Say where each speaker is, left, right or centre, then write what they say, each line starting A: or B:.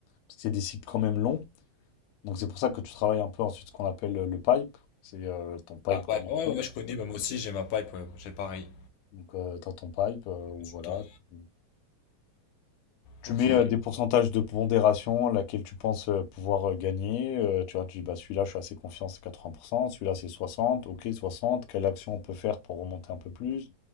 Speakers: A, on the left; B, on the left.
A: Parce que c'est des cycles quand même longs. Donc c'est pour ça que tu travailles un peu ensuite ce qu'on appelle euh, le pipe. C'est euh, ton pipe
B: La pipe,
A: commercial.
B: ouais, ouais, je connais, bah, moi aussi j'ai ma pipe, ouais, j'ai pareil,
A: Donc tu as ton pipe euh, où
B: j'ai tout
A: voilà,
B: le temps.
A: tu, tu
B: Ok.
A: mets euh, des pourcentages de pondération laquelle tu penses euh, pouvoir euh, gagner. Euh, tu vois, tu dis bah celui-là je suis assez confiant, c'est quatre-vingts pour cent celui-là c'est soixante ok soixante quelle action on peut faire pour remonter un peu plus?